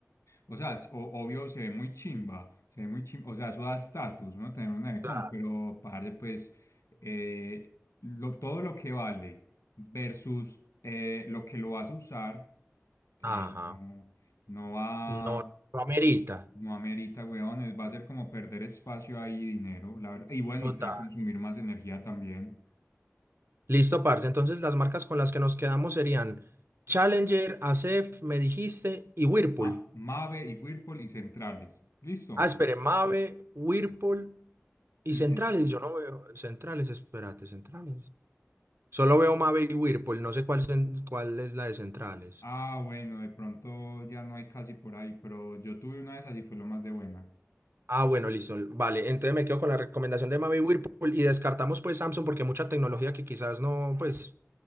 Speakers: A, on the left; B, on the right.
A: O sea, s- o- obvio se ve muy chimba, se ve muy chimba, o sea, eso da estatus, uno tener una Becom,
B: Claro.
A: pero parce, pues, eh, lo- todo lo que vale versus eh, lo que lo vas a usar, eh,
B: Ajá.
A: no, no va,
B: No, no amerita.
A: no amerita, weón, es- va a ser como perder espacio ahí, y dinero, la verdad, y bueno,
B: Total.
A: y te va a consumir más energía también.
B: Listo, parce. Entonces las marcas con las que nos quedamos serían Challenger, Acef me dijiste, y Whirlpool.
A: Ah, Mave y Whirlpool y centrales, listo.
B: Ah, espere, Mave, Whirlpool y
A: Y
B: Centrales. Yo no veo Centrales, espérate, Centrales. Solo veo Mave y Whirlpool, no sé cuál, cen- cuál es la de centrales.
A: Ah, bueno, de pronto ya no hay casi por ahí, pero yo tuve una de esas y fue lo más de buena.
B: Ah, bueno, listo. Vale, entonces me quedo con la recomendación de Mave y Whirlpool y descartamos pues Samsung porque hay mucha tecnología que quizás no, pues,